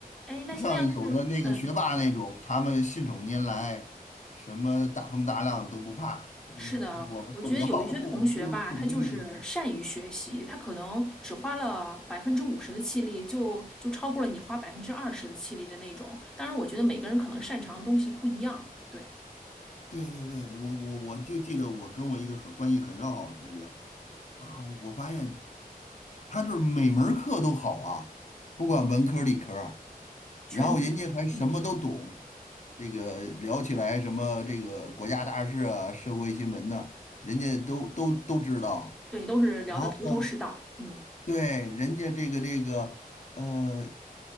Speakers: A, in the centre; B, on the left.
A: 哎，那现在要是，
B: 不像有的那个学霸那种，
A: 嗯，
B: 他们信手拈来，什么大风大浪都不怕。嗯，
A: 是的，
B: 我们做不到，
A: 我觉得有一些同学吧，
B: <laughs> 我们就是普通的学生。
A: 他就是善于学习，他可能只花了百分之五十的气力就，就超过了你花百分之二十的气力的那种。当然，我觉得每个人可能擅长的东西不一样，对，
B: 对对对，我我我就记得我跟我一个很关系很要好的同学啊，我发现他就是每门儿课都好啊，不管文科儿理科儿啊
A: 全才，
B: 然后人家还什么都懂，
A: 嗯，
B: 这个聊起来什么这个国家大事啊、社会新闻呐、人家都都都知道。
A: 对，都是聊得头头是道，
B: 然后呢，
A: 嗯，
B: 对，人家这个这个，呃，